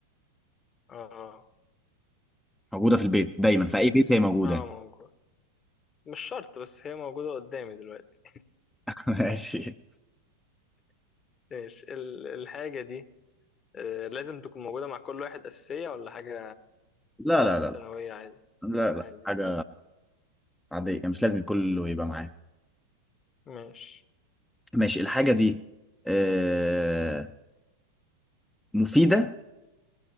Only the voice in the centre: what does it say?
موجودة في البيت دايما في
اي بيت هي موجودة
<laughs> ماشي
لا لا لا
لا لا
حاجة
عادية يعني مش لازم كله يبقى معاه
ماشي الحاجة دي آه، مفيدة